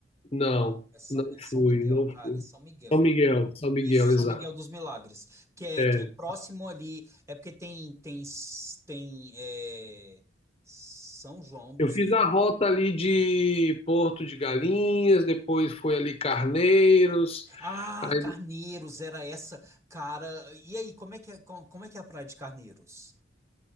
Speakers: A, on the left; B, on the right.
A: Não,
B: Não, é São,
A: não
B: é São
A: fui,
B: Miguel,
A: não
B: cara,
A: fui.
B: é São Miguel.
A: São Miguel, São Miguel,
B: Isso,
A: exato.
B: São Miguel dos Milagres, que é,
A: É.
B: que é próximo ali, é porque tem, tem, tem, é, São João dos
A: Eu fiz a rota ali de Porto de Galinhas, depois foi ali Carneiros.
B: Ah,
A: Aí,
B: Carneiros, era essa. Cara, e aí, como é que é, co- como, é que é a Praia de Carneiros?